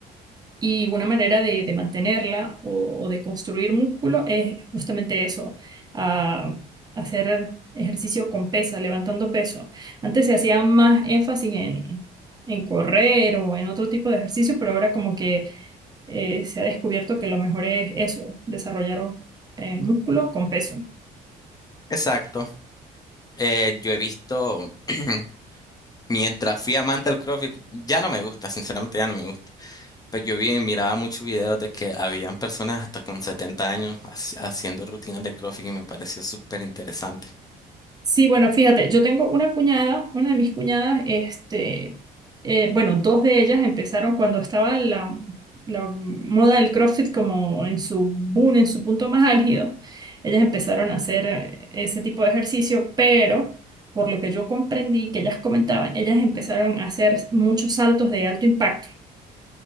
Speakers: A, on the right; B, on the left.
A: y una manera de, de mantenerla o, o de construir músculo es justamente eso, ah, hacer ejercicio con pesa, levantando peso. Antes se hacía más énfasis en, en correr o en otro tipo de ejercicio, pero ahora como que eh, se ha descubierto que lo mejor es eso, desarrollar eh, músculo con peso.
B: Exacto. Eh, yo he visto, <clears throat> mientras fui amante del CrossFit, ya no me gusta, sinceramente ya no me gusta. Pues yo vi, miraba muchos videos de que habían personas hasta con 70 años haci- haciendo rutinas de CrossFit y me pareció súper interesante.
A: Sí, bueno, fíjate, yo tengo una cuñada, una de mis cuñadas, este, eh, bueno, dos de ellas empezaron cuando estaba la, la moda del CrossFit como en su boom, en su punto más álgido. Ellas empezaron a hacer eh, ese tipo de ejercicio, pero por lo que yo comprendí que ellas comentaban, ellas empezaron a hacer muchos saltos de alto impacto